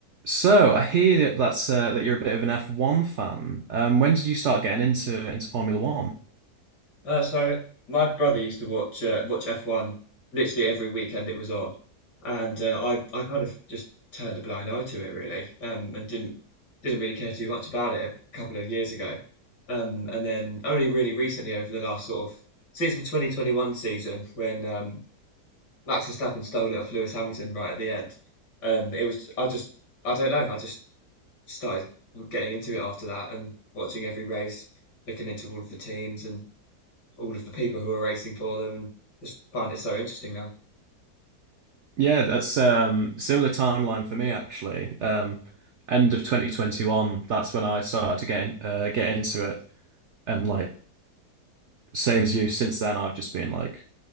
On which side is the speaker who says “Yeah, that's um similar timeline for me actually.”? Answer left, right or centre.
Right